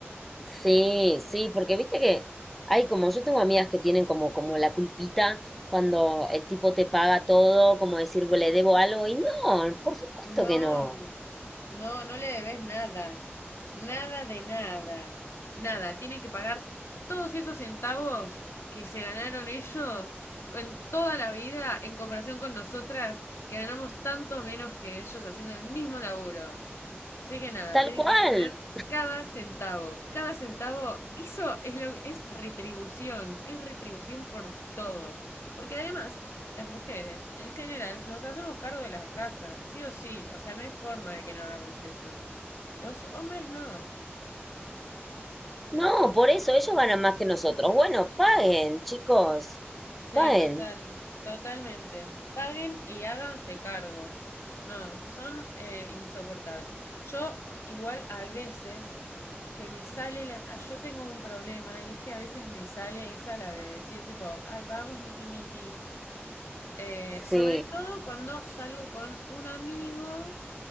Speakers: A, in the centre; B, on the left.
A: Sí, sí, porque viste que hay como, yo tengo amigas que tienen como, como la culpita cuando el tipo te paga todo, como decir, "Bueno, le debo algo, y no, por supuesto
B: No,
A: que no,
B: no, no le debes nada, nada de nada, nada. Tienen que pagar todos esos centavos que se ganaron ellos en toda la vida en comparación con nosotras que ganamos tanto menos que ellos haciendo el mismo laburo. Así que nada,
A: tal
B: tienen
A: cual,
B: que poner cada centavo. Cada centavo, eso es lo es retribución, es retribución por todo. Porque además, las mujeres, en general, nos hacemos cargo de la casa, sí o sí. O sea, no hay forma de que no hagamos eso. Los hombres no.
A: no, por eso ellos ganan más que nosotros. Bueno, paguen, chicos,
B: Sí,
A: paguen.
B: total, totalmente. Paguen y háganse cargo. No, son eh, insoportables. Yo igual a veces que me sale la... ah, Yo tengo un problema y es que a veces me sale esa la de decir tipo, ay, pagamos miti miti. Eh, sobre
A: Sí.
B: todo cuando salgo con un amigo